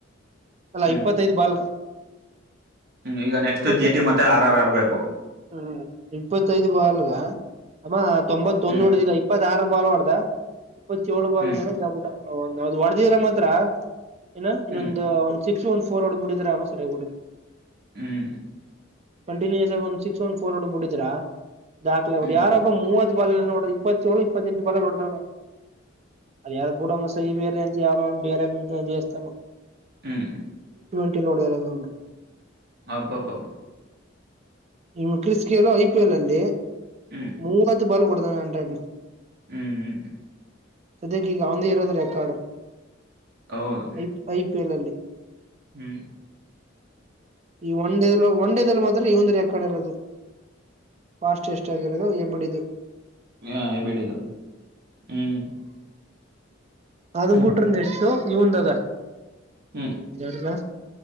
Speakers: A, on the right; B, on the right.
A: ಅಲ್ಲಾ
B: ಹ್ಮ್
A: ಇಪ್ಪತ್ತೈದ್ ಬಾಲ್ಗ
B: ಹ್ಮ್ ಈಗ ನೆಕ್ಸ್ಟ್
A: ಇಪ್ಪತ್ತುಕ್
B: ಜಿ ಟಿ ಮತ್ತೆ ಆರ್ ಆರ್ ಆಡ್ಬೇಕು
A: ಹ್ಮ ಇಪ್ಪತ್ತೈದು ಬಾಲ್ಗ ಅಮ್ಮ ತೊಂಬತ್ತೊಂದು
B: ಹ್ಮ್
A: ಹೊಡ್ದಿಲ್ಲಾ ಟಾರು ಬಾಲು ಹೊಡ್ದೆ ಕೋಚ್ ಯೋಳ್ ಬಾಲ್ಗೆನೋ
B: ಹ್ಮ್ ಹ್ಮ್
A: ಇದಾಗ್ ಬಿಟ್ಟ ಓ ಒಂದ್ ಹೌದ್ ಹೊಡೆದಿದ್ರೆ ಮಾತ್ರ ಏನ ಇನ್ನೊಂದು
B: ಹ್ಮ್
A: ಒನ್ ಸಿಕ್ಸ್ ಒಂದ್ ಫೋರ್ ಹೊಡ್ದ್ ಬಿಟ್ಟಿದ್ರೆ ಆಮೇಲ್ ಸರಿ ಹೋಗ್ಬಿಟ್ಟಿದ್
B: ಹ್ಮ್
A: ಕಂಟಿನ್ಯೂಸ್ ಆಗ್ ಒಂದ್ ಸಿಕ್ಸ್ ಒಂದ್ ಫೋರ್ ಹೊಡ್ದ್ ಬಿಟ್ಟಿದ್ರ ದಾಖಲೆ
B: ಹ್ಮ್
A: ಹೊಡಿ ಯಾರೊ ಒಬ್ಬ ಮೂವತ್ <unintelligible> ನೋಡ್ರಿ ಇಪ್ಪತ್ಯೋಳು ಇಪ್ಪತೆಂಟ್ ಬಾಲಲ್ ಹೊಡ್ದವನು ಅವ್ನು ಅಲ್ ಯಾರೋ ಮೂಡ ಮಸ್ ಈ ಬೇರೆ ಅಂತ ಯಾವೂದೋ ಒಂದು ಬೇರೆ <unintelligible> ದೇವಸ್ಥಾನ
B: ಹ್ಮ್
A: <unintelligible>
B: ಅಬ್ಬಬಬ
A: ಇನ್ Chris Gayle I P L ಅಲ್ಲಿ
B: ಹ್ಮ್
A: ಮೂವತ್ತು ಬಾಲ್ಗ ಹೊಡದವನನ್ <unintelligible>
B: ಹ್ಮ್ ಹ್ಮ್
A: ಸದ್ಯಕ್ ಈಗ ಅವಂದೇ ಇರೋದು ರೆಕಾರ್ಡ್
B: ಹೌದು
A: ಐ ಐ ಪಿ ಎಲ್ ಅಲ್ಲಿ
B: ಹ್ಮ್
A: ಈ ಒಂದೇನು ಒಂಡೇದಲ್ ಮಾತ್ರ ಇವನ್ದ್ ರಿಯಾ ಕಡೆರೋದು ಫಾಸ್ಟ ಎಷ್ಟ್ ಆಗಿರೋದು ಎಬಿಡಿದು
B: ಏನೋ ಐಬಿಡಿದು ಹ್ಮ್
A: ಅದು
B: ಹ್ಮ್
A: ಬಿಟ್ರ ನೆಕ್ಸ್ಟು ಇವಂದದ
B: ಹ್ಮ್
A: ಯಾರ್ದ